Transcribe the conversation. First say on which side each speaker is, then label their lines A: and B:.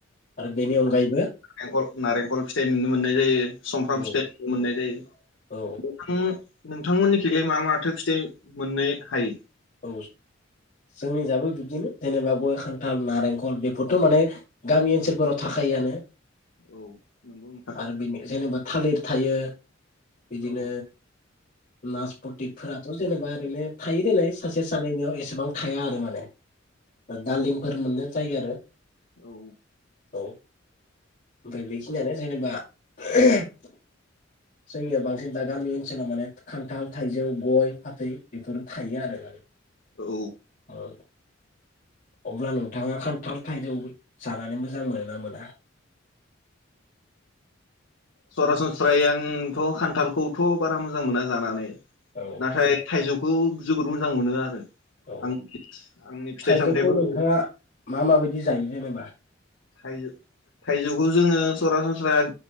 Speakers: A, on the left (about 45°); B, on the left (about 80°).
A: आरो बेनि अनगायैबो
B: नारेंखल नारेंखल फिथाइ नुनो मोननाय जायो सफ्राम
A: औ
B: फिथाइ मोननाय जायो
A: औ
B: <unintelligible> नोंथांमोननिखैलाय मा मा थो फिथाइ मोननो हायो?
A: औ जोंनि जाबो बिब्दिनो जेनेबा गय खान्थाल नारेंखल बेफोरथ माने गामि ओनसोलफोराव थाखायोआनो।
B: औ नोंगौ नोंथां।
A: आरो बेनि जेनेबा थालिर थायो। बिदिनो
B: औ
A: नास फतिफोराथ जेनेबा ओरैनो थायो देलाय सासे सानैनियाव एसेबां थाया आरो माने। दालिमफोर मोनो। जायो आरो।
B: औ।
A: औ ओमफाय बेखिनियानो जेनेबा जोंनियाव बांसिन दा गामि ओनसोलाव माने खान्थाल थाइजौ गय फाथै बेफोर थायो आरो माने।
B: औ।
A: ओ अब्ला नोंथाङा खान्थाल थाइजौ जानानै मोजां मोनोना मोना?
B: सरासनस्रायै आंथ खान्थालखौथ बारा मोजां मोना जानानै।
A: औ
B: नाथाय थाइजौ खौ जोबोद मोजां मोनो आरो।
A: औ
B: आं आंनि फिथाइ
A: थाइजौखौ
B: सामथाइफोर
A: नोंथाङा मा माबायदि जायो जेनेबा?
B: थाइजौ थाइजौखौ जोङो सरासनस्रा